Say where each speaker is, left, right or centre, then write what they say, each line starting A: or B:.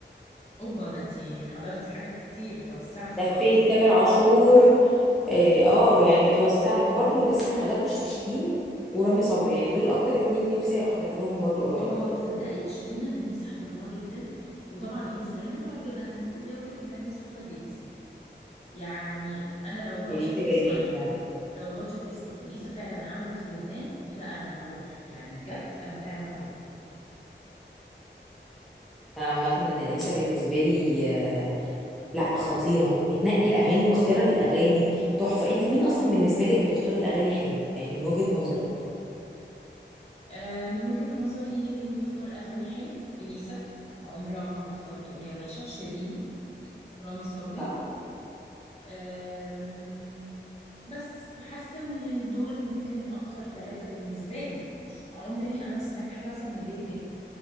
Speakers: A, on the left (about 35°); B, in the centre.
A: اوبا ده انت حضرتي حاجات كتير توسعتي
B: لفيت
A: خالص
B: تامر عاشور اه آه، يعني توسعت برضو لسه ما حضرتش لشيرين ورامي صبري يعني دول اكتر اتنين نفسي احضر لهم برضو قريب
A: اه تصدقي شيرين انا نفسي احضر لها جدا وطبعا اليسا يا نهار ابيض انا نسيت ازاي اقول لك ان انا نفسي احضر لاليسا يعني انا لو البادجت
B: اليسا
A: تسمح
B: جميل يعني
A: لو البادجت تسمح واليسا فعلا عملت في لبنان لا انا هروح يعني بجد انا فعلا هروح
B: عامة اليسا بالنسبة لي آه، لا خطيرة بتنقي الأغاني واختيار الأغاني تحفة أنت مين أصلا بالنسبة لك بيختار الأغاني حلو يعني من وجهة نظرك
A: آه من وجهة نظري مين بيختار اغاني حلو اليسا عمرها ما اختارت اغنيه وحشه شيرين رامي صبري
B: صح
A: آم، بس فحاسه ان دول ممكن اكتر ثلاثه بالنسبه لي مش عمري انا ما سمعت حاجه مثلا مليت منها